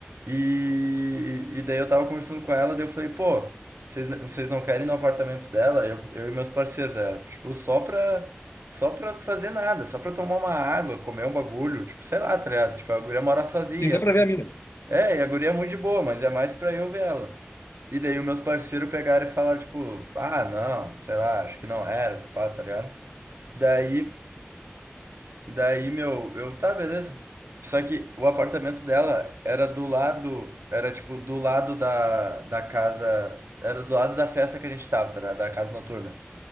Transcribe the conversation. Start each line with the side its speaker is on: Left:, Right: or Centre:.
Right: E, e daí eu tava conversando com ela, daí eu falei, pô, vocês, vocês não querem ir no apartamento dela? Eu, eu e meus parceiros, é, tipo, só pra, só pra fazer nada, só pra tomar uma água, comer um bagulho, tipo, sei lá, tá ligado? Tipo, a guria mora sozinha.
Left: Sim, só
Right: a
Left: pra
Right: guria-
Left: ver a mina.
Right: É, e a guria é muito de boa, mas é mais pra eu ver ela. E daí os meus parceiros pegaram e falaram, tipo, ah, não, sei lá, acho que não era, pá, tá ligado? Daí. Daí, meu, eu, tá, beleza. Só que o apartamento dela era do lado, era tipo do lado da, da casa, era do lado da festa que a gente tava, tá, ligado? da casa noturna.